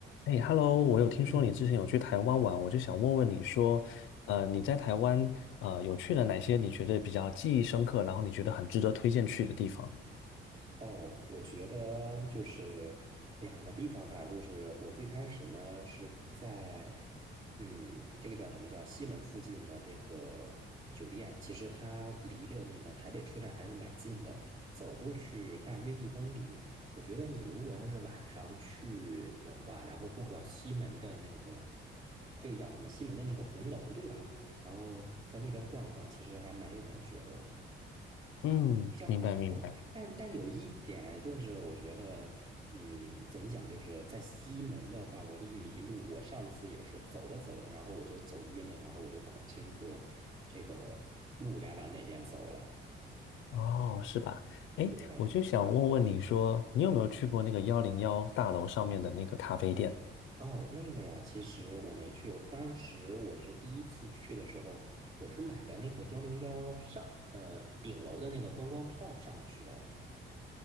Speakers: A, on the left; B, on the right.
A: 哎，Hello，我有听说你之前有去台湾玩，
B: 嗯，
A: 我就想问问你说，呃，你在台湾呃有去了哪些你觉得比较记忆深刻，然后你觉得很值得推荐去的地方？
B: 哦，我觉得就是两个地方吧，就是我最开始呢是在，嗯，这个叫什么叫西门附近的这个酒店，其实它离着那个台北车站还是蛮近的，走过去大约一公里。我觉得你如果要是晚上去的话，然后逛逛西门的那个，这个叫什么西门的那个红楼，对吧？然后在那边逛一逛，其实还蛮有感觉的。
A: 嗯，
B: 比较好逛。
A: 明白明白。
B: 但但有一点啊就是我觉得，嗯，怎么讲，就是在西门的话容易迷路。我上次也是走着走着，然后我就走晕了，然后我就搞不清楚这个路该往哪边走了。
A: 哦，是吧？哎，
B: 对，
A: 我就想问问你说，你有没有去过那个幺零幺大楼上面的那个咖啡店？
B: 哦，那个呀，其实我没去，我当时我是第一次去的时候，我是买的那个幺零幺上，呃，顶楼的那个观光票上去的。